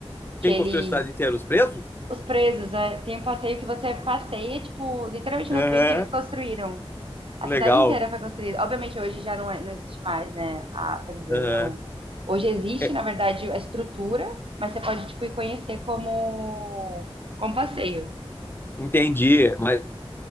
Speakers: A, on the right (about 60°); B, on the left (about 20°).
A: que
B: Quem
A: eles...
B: construiu a cidade inteira? Os presos?
A: Os presos, é, tem um passeio que você passeia, tipo, literalmente
B: Aham,
A: no trem que eles construíram. A
B: legal.
A: cidade inteira foi construída. Obviamente, hoje já não, é- não existe mais, né, a prisão.
B: Aham.
A: Hoje existe,
B: É,
A: na verdade, a estrutura, mas você pode, tipo, ir conhecer como, como passeio.
B: entendi. Mas